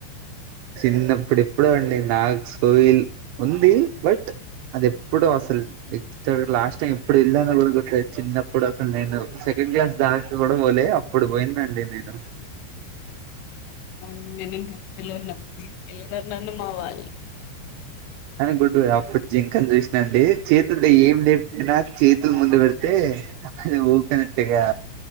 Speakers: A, on the right; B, on the left.
A: చిన్నప్పుడు ఎప్పుడో అండి నాకు కోవిల్ ఉంది బట్ అది ఎప్పుడు అసలు ఎ లాస్ట్ టైం ఎప్పుడు ఎల్లానో కూడా చిన్నప్పుడు అసలు నేను సెకండ్ క్లాస్ దాకా కూడా పోలే అప్పుడు పోయిందండి నేను
B: అవును నేను ఫీఫ్త్ లో ఉన్నప్పుడు తీసుకెళ్లి ఇల్లు నన్ను మా వాళ్ళు
A: అనుకుంటారు అప్పుడు జింకని చూసినాండి చేతుల్లే ఏం లేకపోయినా చేతులు ముందు పెడితే అది ఊకనట్టుగా